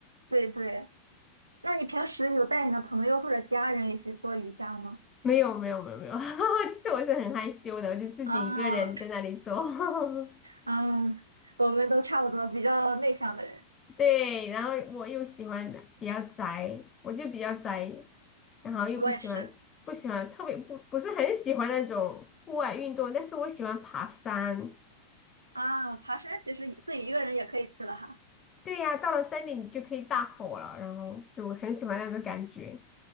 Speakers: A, on the right; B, on the left.
A: 对对。那你平时有带你的朋友或者家人一起做瑜伽吗？
B: 没有没有没有没有，<laughs> 其实我是很害羞的，我就自己一个人在那里做。
A: 啊，
B: <laughs>
A: 嗯，我们都差不多，比较内向的人，
B: 对，然后我又喜欢比较宅，我就比较宅，然后又不喜欢不喜欢特别不不是很喜欢那种户外运动，
A: 我也是。
B: 但是我喜欢爬山。
A: 啊，爬山其实自己一个人也可以去的哈。
B: 对呀，到了山顶你就可以大吼了，然后就很喜欢那种感觉